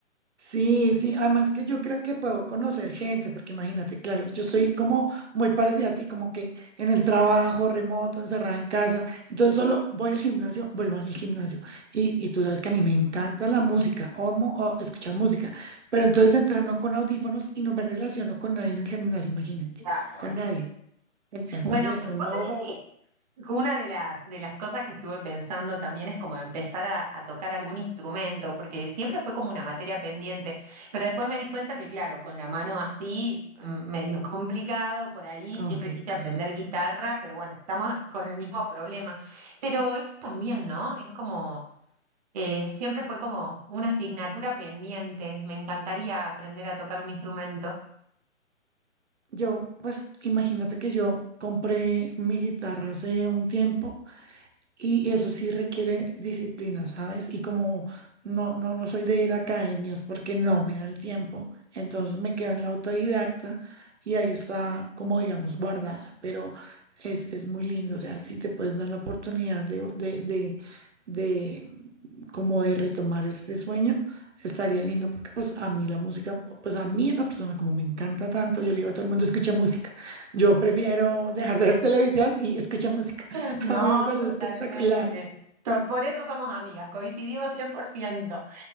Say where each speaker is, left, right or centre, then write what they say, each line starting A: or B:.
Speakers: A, on the right (about 60°); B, on the right (about 30°).
A: Sí, sí, además que yo creo que puedo conocer gente, porque imagínate, claro, yo estoy como muy parecida a ti, como que en el trabajo, remoto, encerrada en casa, entonces solo voy al gimnasio, vuelvo al gimnasio, y, y tú sabes que a mí me encanta la música, o amo o escuchar música, pero entonces entreno con audífonos y no me relaciono con nadie en el gimnasio, imagínate,
B: Claro.
A: con nadie. Entonces,
B: Bueno,
A: eh, un
B: vos
A: nuevo
B: sabés
A: hobby
B: que Una de las, de las cosas que estuve pensando también es como empezar a, a tocar algún instrumento, porque siempre fue como una materia pendiente, pero después me di cuenta que, claro, con la mano así, mm, medio complicado por ahí,
A: complicado.
B: siempre quise aprender guitarra, pero bueno, estamos con el mismo problema. Pero eso también, ¿no? Es como, eh, siempre fue como una asignatura pendiente, me encantaría aprender a tocar un instrumento.
A: Yo, pues imagínate que yo compré mi guitarra hace un tiempo. Y eso sí requiere disciplina, ¿sabes? Y como no, no, no soy de ir a academias porque no me da el tiempo, entonces me quedo en la autodidacta y ahí está, como digamos, guardada, pero es, es muy lindo, o sea, si te puedes dar la oportunidad de, de, de, de como de retomar este sueño, estaría lindo porque pues a mí la música, pues a mí la persona como me encanta tanto, yo le digo a todo el mundo, escucha música, yo prefiero dejar de ver televisión y escucha música. <laughs>
B: <laughs> No,
A: A mí me parece
B: totalmente.
A: espectacular.
B: To- Por eso somos amigas, coincidimos 100%.